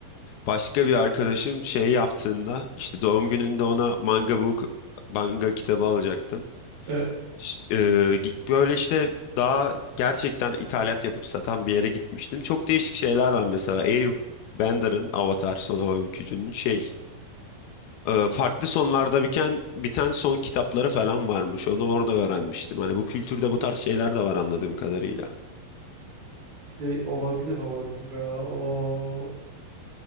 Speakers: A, on the left; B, on the right.
A: başka bir arkadaşım şey yaptığında işte doğum gününde ona manga book manga kitabı alacaktım.
B: Evet.
A: Ş- e, gi- böyle işte daha gerçekten ithalat yapıp satan bir yere gitmiştim. Çok değişik şeyler var mesela. Airbender'ın Avatar Son Hava Bükücü'nün şey e, farklı sonlarda biten, biten son kitapları falan varmış. Onu orada öğrenmiştim. Hani bu kültürde bu tarz şeyler de var anladığım kadarıyla.
B: De olabilir olabilir. ha. O